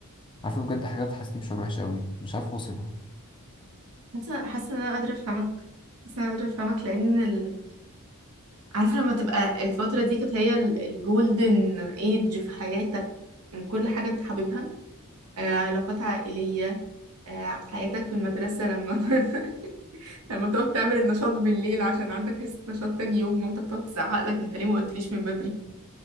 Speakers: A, on the left; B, on the right.
A: عارفة بجد حاجة بتحسسني بشعور وحش قوي مش عارف أوصفه
B: حاسه حاسه ان انا قادره افهمك حاسه ان انا قادره افهمك لان ال... عارفه لما تبقى الفتره دي كانت هي الجولدن ايج في حياتك من كل حاجه انت حاببها آه، علاقات عائليه آه، حياتك في المدرسه لما <laughs> لما تقعد تعمل النشاط بالليل عشان عندك حصه نشاط تاني يوم مامتك تقعد تزعق لك انت ليه ما قلتليش من بدري